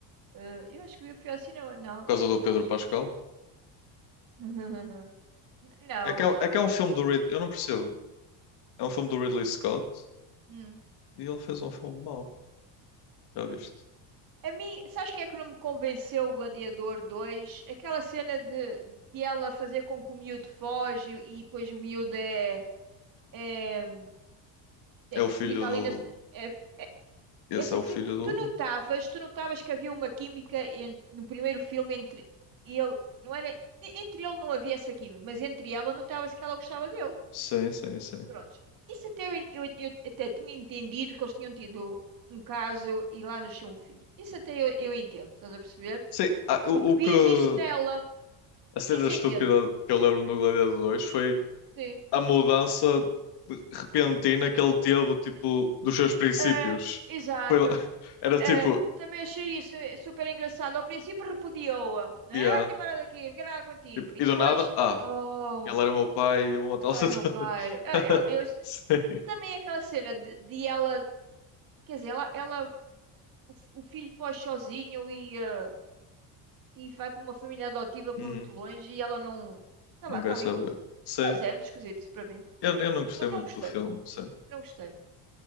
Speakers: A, on the right; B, on the left.
A: Eh, eu acho que eu fui ao cinema. Não,
B: Por causa
A: eu
B: do Pedro
A: acho
B: Pascal?
A: que. <laughs> Não,
B: É que é,
A: não.
B: é que é um filme do Ridley, eu não percebo. É um filme do Ridley Scott
A: Hum.
B: e ele fez um filme mau, já viste?
A: A mim, sabes que é que não me convenceu o Gladiador 2? Aquela cena de, de ela fazer com que o miúdo foge e depois o miúdo é, é- é-
B: É o filho
A: fica ali
B: do.
A: na. É,
B: Esse
A: é assim,
B: é o
A: tu,
B: filho do
A: tu notavas,
B: outro.
A: tu notavas que havia uma química en- no primeiro filme entre ele, não era, entre ele não havia essa química, mas entre ela notava-se que ela gostava dele.
B: Sim, sim, sim.
A: Prontos. Isso até eu, en- eu- eu até tinha entendido que eles tinham tido um caso e lá nasceu um filho. Isso até eu, eu entendo, estás a perceber?
B: Sim, ah, o,
A: Porque
B: o
A: vias
B: que.
A: isso nela.
B: A cena
A: Isso
B: estúpida
A: entendo.
B: que eu lembro do Gladiador 2 foi
A: Sim.
B: a mudança de- repentina que ele teve, tipo, dos seus princípios.
A: É, exato.
B: Foi lá- <laughs> Era
A: É,
B: tipo,
A: também achei isso eh, super engraçado. Ao princípio repudiou-a, né?
B: yeah.
A: Ai, tem embora daqui, eu quero nada contigo.
B: Tipo,
A: E
B: e
A: depois,
B: do nada, ah,
A: oh,
B: ele era meu pai e eu vou matá-los
A: ai,
B: a todos.
A: meu pai. Ah,
B: <laughs>
A: eu, eu...
B: Sim.
A: E também aquela cena de, de ela, quer dizer, ela, ela o, f- o filho foge sozinho e, eh, e vai para uma família adotiva para
B: Uhum.
A: muito longe e ela não, sei
B: Não
A: lá, está
B: quero
A: ali
B: saber.
A: como se.
B: Sim.
A: Não sei, é muito esquisito isso para mim.
B: Eu, eu não gostei
A: Não,
B: muito
A: não gostei,
B: do filme, sim.
A: não gostei,